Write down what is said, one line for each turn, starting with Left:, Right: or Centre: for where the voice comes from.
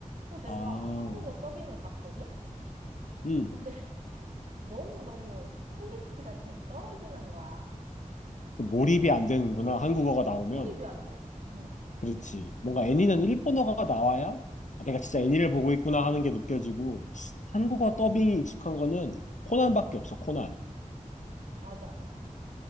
Right: 그래서 내가
Left: 아,
Right: 한국어 더빙을 봤거든?
Left: 응.
Right: 근데 <laughs> 너무너무 퀄리티가 좀 떨어지는 거야.
Left: 그 몰입이 안 되는구나. 한국어가
Right: 어,
Left: 나오면.
Right: 몰입이 안 돼. 응,
Left: 그렇지. 뭔가 애니는 일본어가 나와야 아, 내가 진짜 애니를 보고 있구나 하는 게 느껴지고 한국어 더빙이 익숙한 거는 코난밖에 없어, 코난.
Right: 맞아.